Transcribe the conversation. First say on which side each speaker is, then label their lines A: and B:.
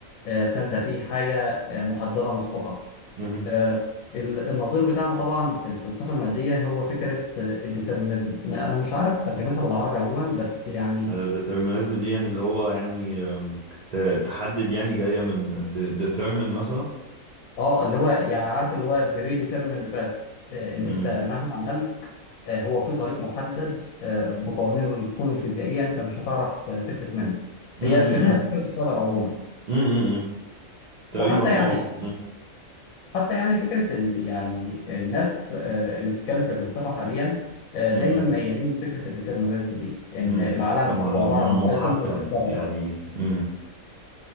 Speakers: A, on the left; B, on the right.
A: آه، فانت في حاجه آه، محدده مسبقا
B: امم
A: آه، ال- النظير بتاعها طبعا في الفلسفه الماديه هو فكره الديترمينيزم انا مش عارف ترجمتها بالعربي عموما بس يعني
B: ديترمينيزم دي يعني اللي هو يعني أم، ت- تحدد يعني جاية من ديترمين مثلا
A: اه اللي هو يعني عارف اللي هو بري ديترميند باث ان
B: امم
A: انت مهما عملت آه، هو في طريق محدد آه، بقوانين الكون الفيزيائيه انت مش هتعرف آه، تفلت منه
B: امم
A: هي شبيهه بفكره القدر عموما
B: امم امم تقريبا
A: وحتى يعني
B: اه
A: حتى يعني فكره ال- يعني الناس آه، اللي بتتكلم في الفلسفه حاليا آه،
B: امم
A: دايما ميالين لفكره الديترمينيزم دي ان
B: امم
A: العالم
B: طب ولا
A: هو عباره
B: محتم
A: عن سايكلز بتتكرر
B: يعني
A: بس
B: امم